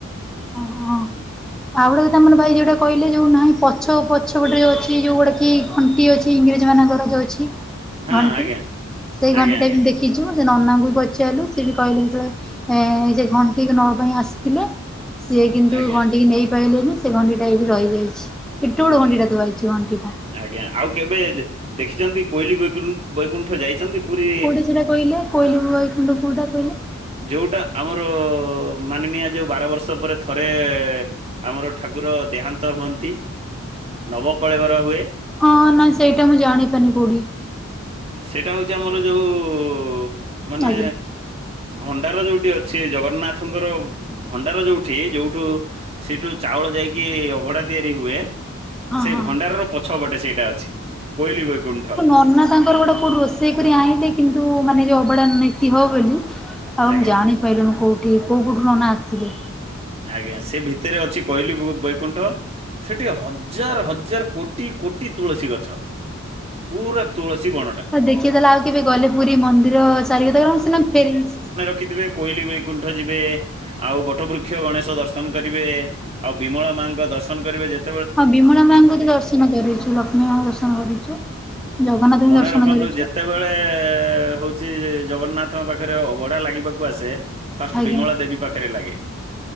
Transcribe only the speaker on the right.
ହଁ
ଆଜ୍ଞା
ଆଜ୍ଞା
ଆଜ୍ଞା
ଆଜ୍ଞା
ହୁଁ
ଆଜ୍ଞା ଆଉ କେବେ ଦେଖିଛନ୍ତି କୋଇଲି ପାଖରୁ ବୈକୁଣ୍ଠ ଯାଇଛନ୍ତି? ପୁରୀ
ଯଉଟା ଆମର ମାନିନିଆ ଯଉ ବାର ବର୍ଷ ପରେ ଥରେ ଆମର ଠାକୁର ଦେହାନ୍ତ ହୁଅନ୍ତି ନବକଳେବର ହୁଏ।
ସେଇଟା ହଉଛି ଆମର ଯଉ ମାନେ
ଭଣ୍ଡାର ଯଉଠି ଅଛି, ଜଗନ୍ନାଥଙ୍କର ଭଣ୍ଡାର ଯଉଠି ଯଉଠୁ ସେଇଠୁ ଚାଉଳ ଯାଇକି ଅଭଡ଼ା ତିଆରି ହୁଏ।
ସେଇ
ଭଣ୍ଡାରର ପଛ ପଟେ ସେଇଟା ଅଛି, କୋଇଲି ବୈକୁଣ୍ଠ।
ଆଜ୍ଞା
ଆଜ୍ଞା ସେ ଭିତରେ ଅଛି କୋଇଲି ବୈକୁଣ୍ଠ ସେଠି ହଜାର ହଜାର କୋଟି କୋଟି ତୁଳସୀ ଗଛ। ପୁରା ତୁଳସୀ ବନ୍ନ
କିନ୍ତୁ କୋଇଲି ବୈକୁଣ୍ଠ ଯିବେ, ଆଉ ବଟ ବୃ ଗଣେଶ ଦର୍ଶନ କରିବେ, ଆଉ ବିମଳା ମାଙ୍କ ଦର୍ଶନ କରିବେ ଯେତ୍
ମନେ
ରଖନ୍ତୁ
ଯେତେବେଳେ ହଉଛି ଜଗନ୍ନାଥଙ୍କ ପାଖରେ ଅବଢ଼ା ଲାଗିବାକୁ କୁଆସେ, ଫାଷ୍ଟ
ବିମଳ ଦେବୀ ପାଖରେ ଲାଗେ।